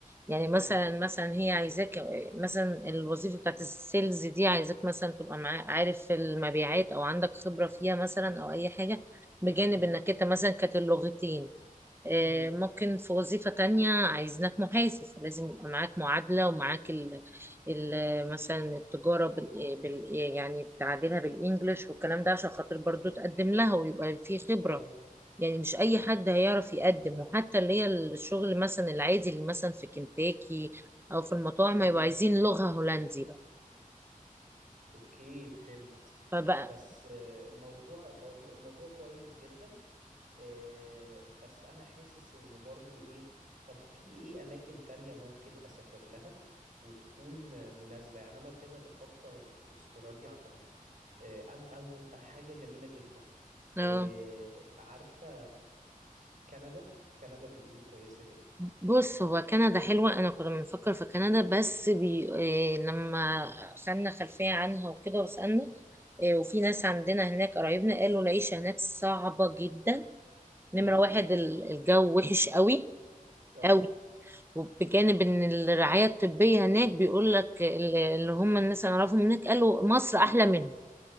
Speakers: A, on the right; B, on the right.
A: يعني مثلا
B: امم
A: مثلا هي عايزاك مثلا الوظيفة بتاعت السيلز دي عايزاك مثلا تبقى معا- عارف المبيعات أو عندك خبرة فيها مثلا أو أي حاجة بجانب
B: امم
A: إنك أنت مثلا كانت اللغتين آه،
B: امم
A: ممكن في وظيفة تانية عايزينك محاسب لازم يبقى معاك معادلة ومعاك ال ال مثلا التجارة بال بال يعني بتعادلها بالإنجلش والكلام ده عشان خاطر برضو تقدم لها ويبقى في خبرة
B: ايوه
A: يعني مش أي حد هيعرف يقدم وحتى اللي هي الشغل مثلا العادي اللي مثلا في كنتاكي أو في المطاعم
B: إمم.
A: هيبقوا عايزين لغة هولندي بقى
B: اوكي فهمت
A: فبقى
B: بس آه، الموضوع الموضوع الموضوع كويس جدا آه، بس انا حاسس ان برضو ايه طب في ايه اماكن تانية ممكن اسافر لها وتكون آه، مناسبة يعني انا كده بفكر في استراليا عشان آه، او او حاجة جميلة جدا
A: آه.
B: آه، عارفة كندا كندا بيقولوا كويسة جدا
A: بص هو كندا حلوة أنا كنا بنفكر في كندا بس بي... إيه لما
B: امم
A: خدنا خلفية عنها وكده وسألنا إيه وفي ناس عندنا هناك قرايبنا قالوا العيشة هناك صعبة جدا نمرة
B: امم
A: واحد ال- الجو وحش قوي
B: اه
A: قوي وبجانب إن الرعاية الطبية هناك بيقول لك ال- اللي هم الناس اللي أعرفهم هناك قالوا مصر أحلى منهم